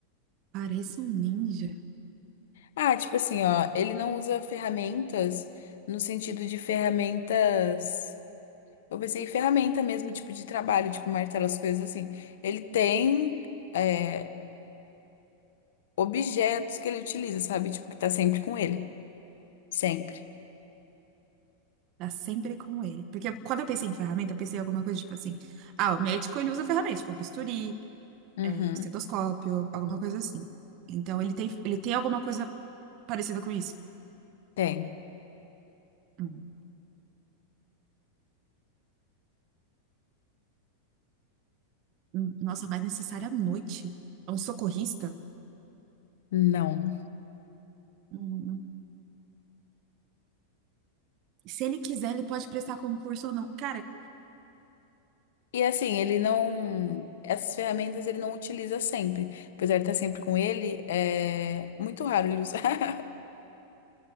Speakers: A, on the right (about 40°); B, on the left (about 60°).
A: parece um ninja.
B: Ah, tipo assim, ó, ele não usa ferramentas no sentido de ferramentas. Eu pensei em ferramenta mesmo, tipo de trabalho, tipo martelo, as coisas assim. Ele tem. é, objetos que ele utiliza, sabe? Tipo, que tá sempre com ele. Sempre.
A: Tá sempre com ele. Porque quando eu pensei em ferramenta, eu pensei em alguma coisa tipo assim. Ah, o médico ele usa ferramenta, tipo bisturi,
B: Uhum.
A: é, estetoscópio, alguma coisa assim. Então ele tem, ele tem alguma coisa parecida com isso.
B: Tem.
A: Hum, hum, Nossa, mas necessária à noite. É um socorrista?
B: Não.
A: Hum, hum. Se ele quiser, ele pode prestar concurso ou não. Cara,
B: E assim, ele não. Essas ferramentas ele não utiliza sempre. Apesar de estar sempre com ele, é muito raro ele usar.